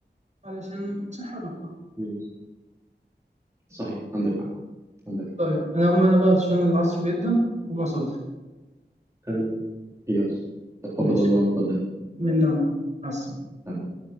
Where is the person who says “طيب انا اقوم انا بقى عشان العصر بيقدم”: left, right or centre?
Right